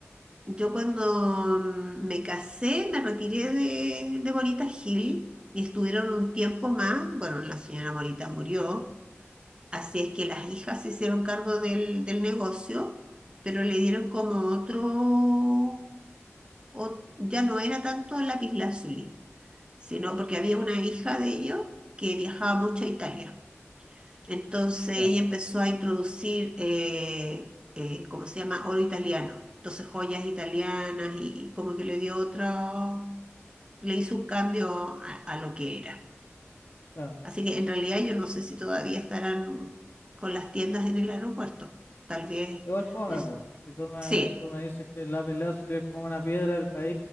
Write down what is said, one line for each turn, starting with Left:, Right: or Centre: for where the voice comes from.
Right: Yo cuando mm, me casé, me retiré de, de Morita Hill y estuvieron un tiempo más. Bueno, la señora Morita murió, así es que las hijas se hicieron cargo del, del negocio, pero le dieron como otro, ot- ya no era tanto lapislázuli, sino porque había una hija de ellos que viajaba mucho a Italia. Entonces
Left: Ya.
Right: ella empezó a introducir, eh, eh, ¿cómo se llama? Oro italiano. Entonces joyas italianas y como que le dio otro, le hizo un cambio a, a lo que era.
Left: Claro.
Right: Así que en realidad yo no sé si todavía estarán con las tiendas en el aeropuerto. Tal vez,
Left: Igual fome,
Right: yo s-
Left: po. Si tú me,
Right: sí,
Left: tú me dices que el lápiz lazuli es como una piedra del país,